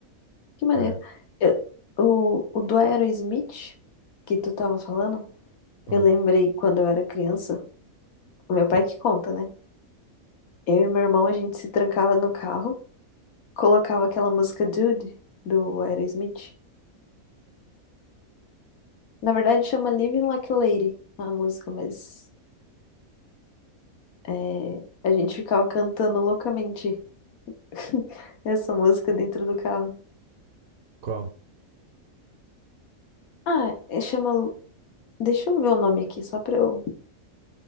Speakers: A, on the left; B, on the right.
A: Que maneiro.
B: É.
A: Eu- o, o do Aerosmith que tu tava falando,
B: Hum.
A: eu lembrei quando eu era criança, o meu pai que conta, né? Eu e meu irmão, a gente se trancava no carro, colocava aquela música Dude, do Aerosmith. Na verdade, chama Living Like a Lady, a música, mas é, a gente ficava cantando loucamente <laughs> essa música dentro do carro.
B: Qual?
A: Ah, é- chama. Deixa eu ver o nome aqui, só pra eu.